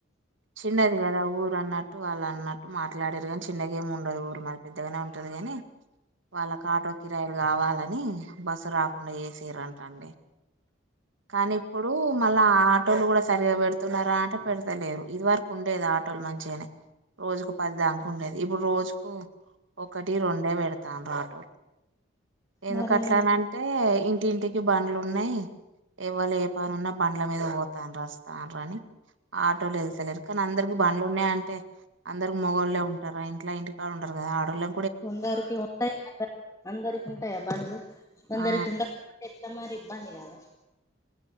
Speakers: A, on the right (about 80°); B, on the left (about 15°).
A: చిన్నది కదా ఊరు అన్నట్టు వాళ్ళు అన్నట్టు మాట్లాడారు కానీ చిన్నగా ఏమి ఉండదు ఊరు మది పెద్దగానే ఉంటది కని వాళ్ళకి ఆటో కిరాయలు కావాలని బస్సు రాకుండా చేసరంటండి కానీ ఇప్పుడు మళ్ళా ఆ ఆటోలు కూడా సరిగా పెడుతున్నార ఆంటే పెడుతలేరు ఇది వరకు ఉండేది ఆటోలు మంచిగానే రోజుకు పది దాక ఉండేది ఇప్పుడు రోజుకు ఒకటి రెండే పెడుతండ్రు ఆటోలు ఎందుకట్లానంటే
B: మరి
A: ఇంటింటికి బండ్లు ఉన్నాయి ఎవాళ్ళు ఏ పనున్నా బండ్ల మీద పోతాళ్ళు రాస్తాండ్రు అని ఆటోలు వెళ్ స్తలేరు కాని అందరికి బండ్లు ఉన్నాయ అంటే అందరికి మొగోళ్లే ఉంటార ఇంట్ల ఇంటికడ ఉంటారు కదా ఆడోళ్ళే
B: కొందరికి ఉంటాయి అందరికి ఉంటాయా బండ్లు కొందరికి
A: ఆ
B: ఉండ అంటే ఎట్లా మరి ఇబ్బంది కదా